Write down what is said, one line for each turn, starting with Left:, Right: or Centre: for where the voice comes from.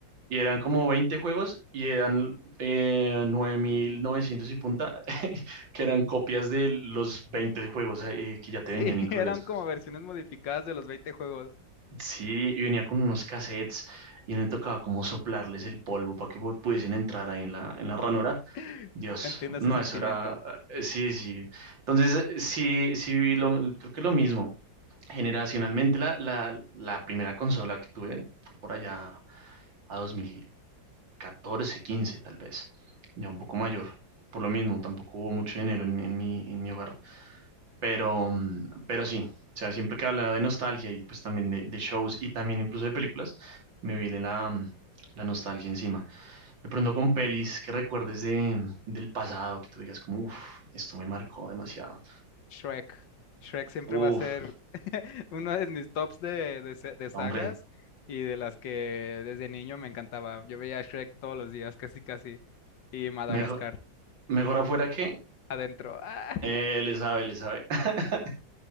Right: y eran como 20 juegos y eran eh, 9.900 y punta, <laughs> que eran copias de los 20 juegos eh, que ya te
Left: sí,
Right: venían
Left: <laughs>
Right: incluidos.
Left: eran como versiones modificadas de los 20 juegos.
Right: Sí, y venía con unos cassettes y me tocaba como soplarles el polvo para que pu- pudiesen entrar ahí en la, en la ranura.
Left: <laughs>
Right: Dios,
Left: Entiendo ese
Right: no,
Left: sentimiento.
Right: eso era, eh, sí, sí. Entonces, eh, sí, sí viví lo, creo que lo mismo. Generacionalmente, la, la, la primera consola que tuve fue por allá a 2014, 15 tal vez, ya un poco mayor. Por lo mismo, tampoco hubo mucho dinero en, mi, en mi en mi hogar. Pero, mm, pero sí, o sea, siempre que hablaba de nostalgia y pues también de, de shows y también incluso de películas, me viene la, mm, la nostalgia encima. De pronto con pelis que recuerdes de, mm, del pasado, que tú digas como, uff, esto me marcó demasiado.
Left: Shrek. Shrek siempre
Right: Uff,
Left: va a ser <laughs> uno de mis tops de, de sa- de sagas
Right: hombre,
Left: y de las que desde niño me encantaba. Yo veía a Shrek todos los días, casi casi. Y Madagascar,
Right: mejor, mejor afuera que
Left: adentro. ¡Ah!
Right: eh, le sabe, le sabe. <laughs>